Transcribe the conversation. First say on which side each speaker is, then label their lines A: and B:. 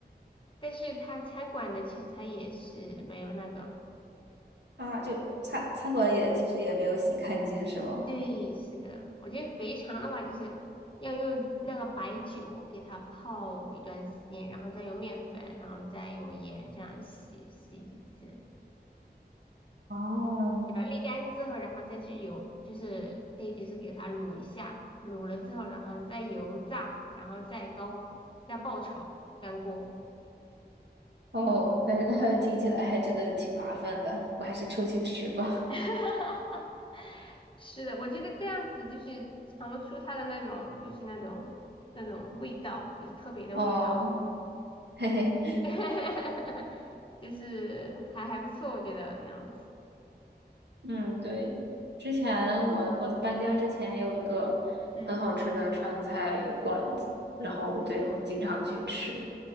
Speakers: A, on the left (about 30°); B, on the right (about 85°).
A: 但是它餐馆的其实它也是没有那个。
B: <laughs> 啊。就餐餐馆也其实也没有洗干净，是吗？
A: 对，是的，我觉得肥肠的话，就是要用那个白酒给它泡一段时间，然后再用面粉，然后再用盐这样洗洗几次，
B: 哦
A: 把它沥干之后，然后再去油，就是可以就是给它卤一下，卤了之后，然后再油炸，然后再高再爆炒干锅。
B: 哦，但是 <laughs> 听起来还真的挺麻烦的，我还是出去吃吧。
A: <laughs> 是的，我觉得这样子就是尝不出它的那种就是那种那种味道，就是特别的味道。
B: 哦，嘿嘿，
A: <laughs> 就是还还不错，我觉得这样子。
B: 嗯，对，之前我我搬家之前有一个很好吃的川菜馆子，
A: 嗯，哦，
B: 然后对我就经常去吃，
A: 真的呀，